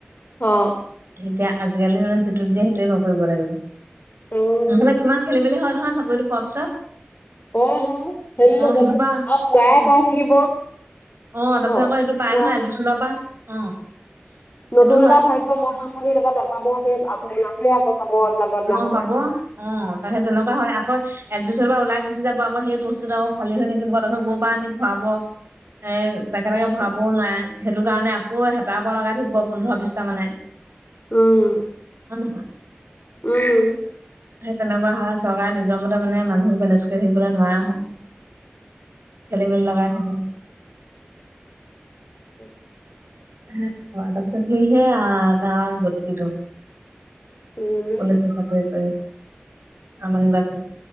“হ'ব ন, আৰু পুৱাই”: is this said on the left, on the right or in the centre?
Left